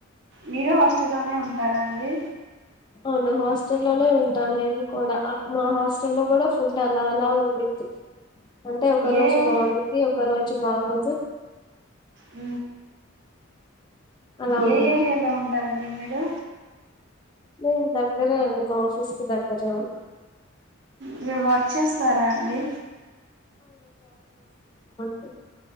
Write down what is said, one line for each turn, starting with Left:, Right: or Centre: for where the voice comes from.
Right: మీరు హాస్టల్లోనే ఉంటారా అండి
Left: అవును హాస్టలోనే ఉంటా నేను కూడా అక్ మా హాస్టలో కూడా ఫుడ్ అలా అలా ఉంది అంటే ఒక రోజు
Right: ఏ
Left: బాగుండిది ఒక రోజు బాగోదు
Right: ఊ
Left: అలా
Right: ఏ
Left: ఉండిద్ది
Right: ఏరియాలో ఉంటారండి మీరు
Left: నేను దగ్గరే అండి మా ఆఫీస్ కి దగ్గరే ఉంటా
Right: మీర్ వర్క్ చేస్తారా అండి
Left: అ